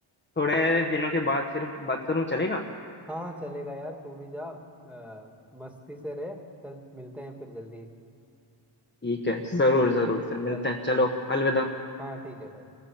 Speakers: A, on the left (about 20°); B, in the centre.
A: थोड़े दिनों के बाद फिर बात करूं चलेगा
B: हाँ हाँ, चलेगा यार तू भी जा अ, मस्ती से रह चल मिलते हैं फिर जल्दी
A: ठीक है जरूर जरूर फिर मिलते
B: चलो
A: हैं चलो अलविदा
B: हाँ ठीक है भाई